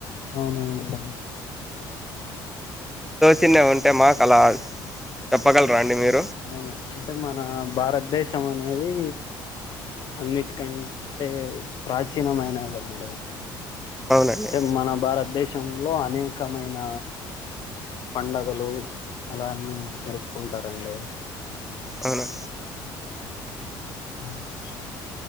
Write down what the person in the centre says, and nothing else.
చిన్న ఉంటే మాకు అలా చెప్పగలరా అండి మీరు
అవునండి
అవును